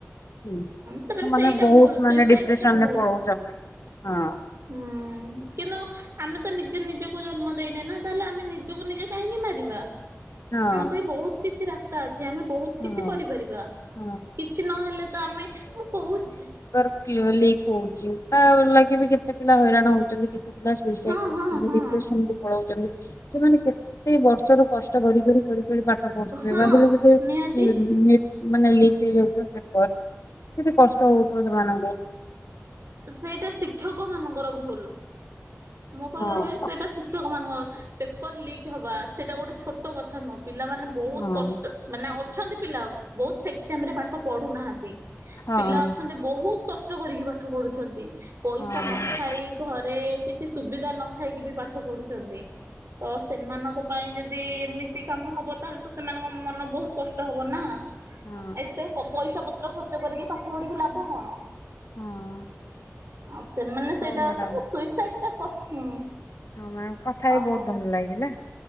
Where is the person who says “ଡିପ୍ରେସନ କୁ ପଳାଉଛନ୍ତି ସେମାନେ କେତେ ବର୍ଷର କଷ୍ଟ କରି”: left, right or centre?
Left